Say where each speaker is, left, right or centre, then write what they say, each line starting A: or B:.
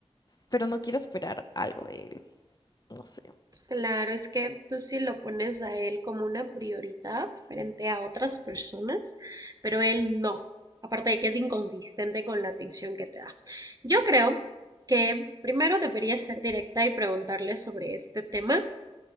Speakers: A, on the left (about 35°); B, on the right (about 35°).
A: pero no quiero esperar algo de él, no sé.
B: Claro, es que tú sí lo pones a él como una prioridad frente a otras personas, pero él no. Aparte de que es inconsistente con la atención que te da. Yo creo que primero deberías ser directa y preguntarle sobre este tema